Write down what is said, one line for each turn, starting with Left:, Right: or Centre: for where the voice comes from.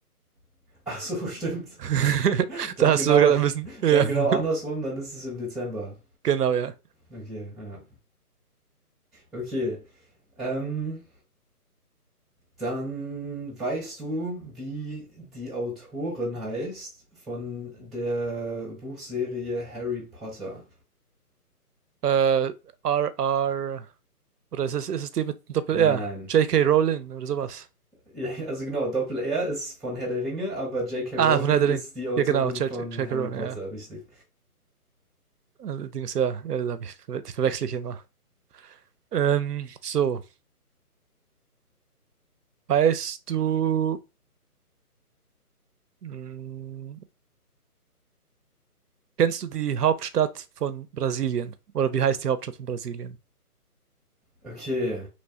Centre: <laughs> Ach so, stimmt.
Right: <laughs>
Centre: <laughs> Dann
Right: Da hast
Centre: genau,
Right: du sogar ein bisschen. Ja,
Centre: dann
Right: <laughs>
Centre: genau andersrum, dann ist es im Dezember.
Right: genau, ja.
Centre: Okay, ja. Okay. Ähm, dann weißt du, wie die Autorin heißt von der Buchserie Harry Potter?
Right: Äh, R R. Oder ist es, ist es die mit dem Doppel-R?
Centre: Nein, nein.
Right: J K Rowling oder sowas.
Centre: Ja, also genau, Doppel-R ist von Herr der Ringe, aber J.K. Rowling
Right: Ah, von Herr der
Centre: ist
Right: Ring.
Centre: die Autorin
Right: Ja, genau, J-
Centre: von
Right: K
Centre: Harry
Right: Rowling,
Centre: Potter,
Right: ja.
Centre: richtig.
Right: allerdings ja, ja, da hab ich, ver- die verwechsel ich immer. Ähm, so, weißt du, mh, Kennst du die Hauptstadt von Brasilien? Oder wie heißt die Hauptstadt von Brasilien?
Centre: Okay,